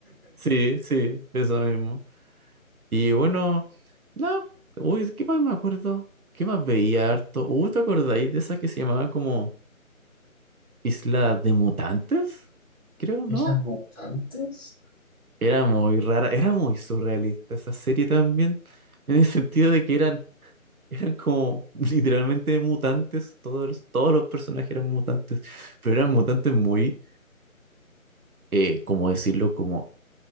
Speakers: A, on the right (about 85°); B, on the right (about 15°).
A: sí, sí, eso mismo. Y bueno, no, uy, ¿qué más me acuerdo? ¿Qué más veía harto? Uh, ¿te acordáis de esa que se llamaba como... Isla de Mutantes, creo,
B: <laughs>
A: ¿no?
B: las mutantes?
A: Era muy rara, era muy surrealista esa serie también, en el sentido de que eran, eran como <laughs> literalmente mutantes, todos, los- todos los personajes eran mutantes, pero eran mutantes muy, eh, como decirlo, como,